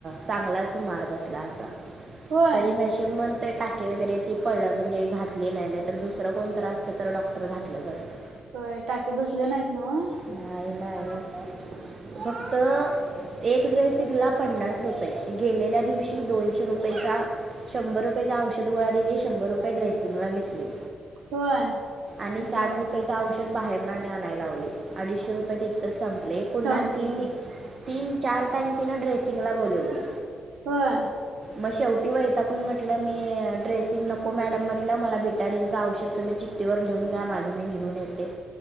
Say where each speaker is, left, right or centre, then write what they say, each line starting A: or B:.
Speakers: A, on the right; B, on the right.
A: चांगलाच मार बसला असा.
B: होय
A: तरी नशिब म्हण ते टाके वगैरे ती पड म्हणजे घातली नाही तर दुसरं कोणतं असतं तर डॉक्टर घातलंच असतं.
B: का टाके बसले नाहीत नाव.
A: नाही नाही फक्त एक ड्रेसिंगला पन्नास रुपये गेलेल्या दिवशी दोनशे रुपयेच्या शंभर रुपयेचा औषध गोळा दिली शंभर रुपये ड्रेसिंगला घेतली.
B: होय
A: आणि साठ
B: बर
A: रुपययाच औषध बाहेर ना आणाय लावले. अडीचशे रुपये दच संपले पुन्हा
B: संपली
A: तीन तीन चार टाइम तिन ड्रेसिंगला बोलवली.
B: होय.
A: मग शेवटी वैताकून म्हटलं मी ड्रेसिंग नको मॅडम म्हटलं मला भिटाडींच औषध तुम्ही जी व लिहून द्या माझं मी घेऊन येते